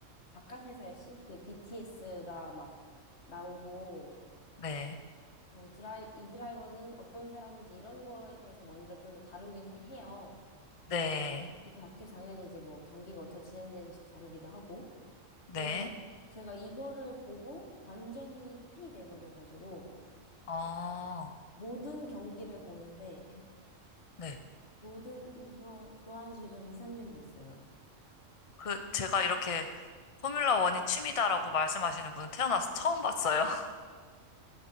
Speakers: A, on the left (about 55°); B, on the left (about 40°).
A: 바깥에서의 씬? 그 BTS가 막 나오고,
B: 네,
A: 뭐 드라이, 이 드라이버는 어떤 사람인지 이런 거에 대해서 먼저 좀 더 다루긴 해- 해요.
B: 네,
A: 근데 그 다큐에 당연히 이제 뭐 경기가 어떻게 진행되는지도 다루기도 하고.
B: 네.
A: 그래서 제가 이거를 보고 완전히 팬이 돼버려가지고
B: 어,
A: 모든 경기를 보는데
B: 네.
A: 모든 이거 좋아하는 지 그냥 2, 3년 됐어요.
B: 그, 제가 이렇게 포뮬러 원이 취미다라고 말씀하시는 분은 태어나서 처음 봤어요. <laughs>